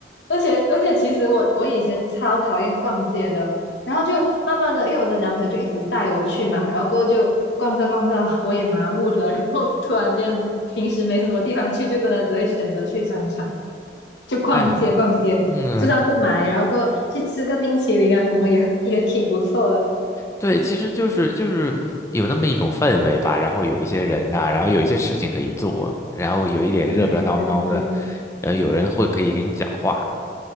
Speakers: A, on the left (about 80°); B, on the left (about 15°).
A: 而且而且，其实我我以前超讨厌逛街的，然后就慢慢的，因为我的男朋友就一直带我去嘛，然后过后就逛着逛着，我也麻木了，然后突然间平时没什么地方去，就真的只会选择去商场，就逛街逛街，
B: 哎，嗯，
A: 就算不买，然后过后去吃个冰淇淋啊什么也也挺不错的。
B: 对，其实就是就是有那么一种氛围吧，然后有一些人呐、然后有一些事情可以做，然后有一点热热闹闹的，
A: 对对对，
B: 呃，有人会可以跟你讲话，